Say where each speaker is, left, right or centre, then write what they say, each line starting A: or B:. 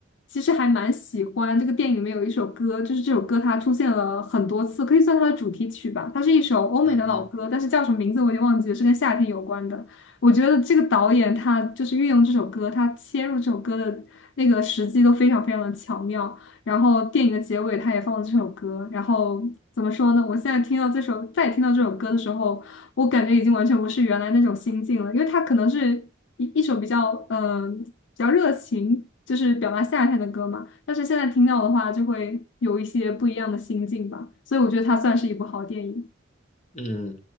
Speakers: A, on the left; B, on the left.
A: 其实还蛮喜欢这个电影里面有一首歌，就是这首歌它出现了很多次，可以算它的主题曲吧。它是一首欧美的老歌，
B: 嗯哼。
A: 但是叫什么名字我已经忘记了，是跟夏天有关的。我觉得这个导演他就是运用这首歌，他切入这首歌的那个时机都非常非常的巧妙。然后电影的结尾他也放了这首歌，然后怎么说呢？我现在听到这首，再听到这首歌的时候，我感觉已经完全不是原来那种心境了，因为它可能是一一首比较嗯、呃比较热情，就是表达夏天的歌嘛，但是现在听到的话，就会有一些不一样的心境吧，所以我觉得它算是一部好电影。
B: 嗯，